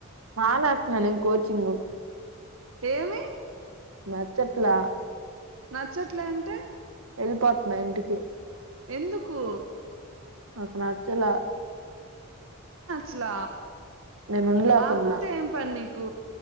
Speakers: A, on the right (about 90°); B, on the right (about 70°).
A: మానేస్తున్నలే కోచింగ్.
B: ఏమి?
A: నచ్చట్లా.
B: నచ్చట్లే అంటే?
A: ఎళ్ళిపోతున్నా ఇంటికి.
B: ఎందుకు?
A: నాకు నచ్చలా.
B: స్లా
A: నేను ఉండలేకున్నా
B: ఆ పిల్తో ఏం పని నీకు.